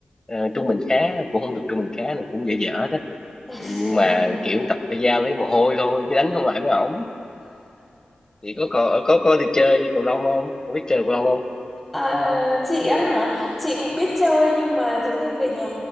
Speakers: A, on the left; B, in the centre.
A: ờ, trung bình khá cũng không được trung bình khá này cũng dở dở đó
B: <laughs>
A: nhưng mà kiểu tập thể giao lấy mồ hôi thôi chứ đánh không lại mấy ổng thì có có có có đi chơi cầu lông không có biết chơi cầu lông không
B: À, chị á hả? Chị cũng biết chơi nhưng mà giống như về nhà